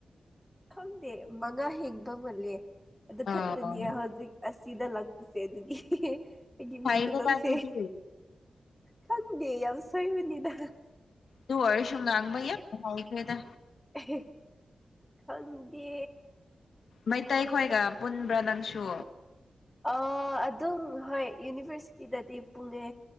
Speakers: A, in the centre; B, on the left (about 80°).
A: ꯈꯪꯗꯦ ꯃꯉꯥ ꯍꯦꯟꯕ ꯃꯥꯜꯂꯦ ꯑꯗꯨ
B: ꯑꯣ
A: ꯈꯛꯇꯅꯤ ꯍꯧꯖꯤꯛ ꯑꯁꯤꯗ ꯂꯥꯛꯄꯁ‌ꯦ ꯑꯗꯨꯒꯤ ꯑꯩꯒꯤ
B: ꯐꯩꯗ
A: ꯃꯩꯇꯩ ꯂ‌ꯣꯟꯁ‌ꯦ
B: ꯑꯗꯨꯗꯤ
A: ꯈꯪꯗꯦ ꯌꯥꯝ ꯁ‌ꯣꯏꯕꯅꯤꯗ
B: ꯑꯗꯨ ꯑꯣꯏꯔꯁꯨꯨ ꯉꯥꯡꯕ ꯌꯥꯝ ꯍꯩꯈ꯭ꯔ‌ꯦꯗ
A: ꯑꯦ ꯈꯪꯗꯦ
B: ꯃꯩꯇꯩꯈꯣꯏꯒ ꯄꯨꯟꯕ꯭ꯔꯥ ꯅꯪꯁꯨ
A: ꯑ ꯑꯗꯨꯝ ꯍꯣꯏ ꯌꯨꯅꯤꯚꯔꯁꯤꯇꯤꯗꯗꯤ ꯄꯨꯡꯉꯦ